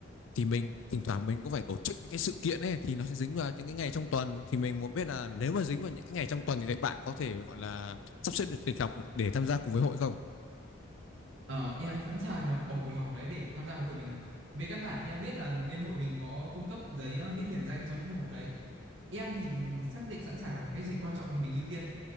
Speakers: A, on the left; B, on the right.
A: thì mình thỉnh thoảng mình cũng phải tổ chức những cái sự kiện ấy thì nó sẽ dính vào những cái ngày trong tuần thì mình muốn biết là nếu mà dính vào những cái ngày trong tuần thì các bạn có thể gọi là sắp xếp được lịch học để tham gia cùng với hội không?
B: Ờ, em sẵn sàng là bỏ buổi học đấy để tham gia với hội mình ạ. Về căn bản thì em biết là bên hội mình có cung cấp giấy ờ, miễn điểm danh cho những buổi học đấy. Em thì ừ, xác định sẵn sàng là cái gì quan trọng thì mình ưu tiên.